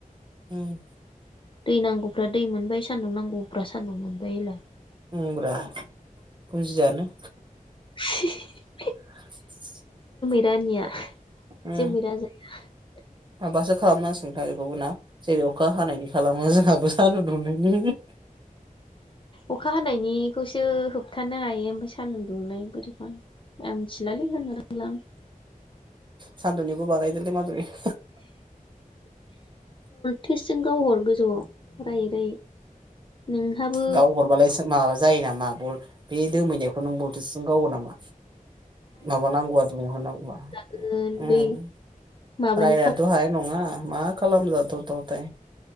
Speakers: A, on the right; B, on the left.
A: उम
B: दै नांगौफ्रा दै मोनबाय सान्दुं नांगौफ्रा सान्दुं मोनबाय एला
A: उमब्रा बुजियानो
B: <unintelligible>
A: <inaudible>
B: रानिया
A: उम
B: जोमै राजाया
A: माबासो खालामनांसिगोनथ बेखौबो ना जेरै अखा हानायनि खालामो जोंहाबो सानदु दुंनायनि
B: अखा हानायनिखौसो होबथानो हायो ओमफ्राय सान्दुं दुंनाय बोरैबा आं मिथिया गैलालै होननो रोंला आं।
A: सानदुनिखौ <unintelligible>
B: टेस्टजों गावहर गोजौआव रायै रायै नोंहाबो
A: गाव हरबालाय माबा जायो नामा बल बे दोमैनायखौ नों बलथुसजों गावो नामा माबानांगौआ दुंहोनांगौआ
B: रायनांगोन
A: उम
B: बै माबानि
A: रायनायथ'
B: खालाम
A: हानाय नङा मा खालामजाथावथाव दे।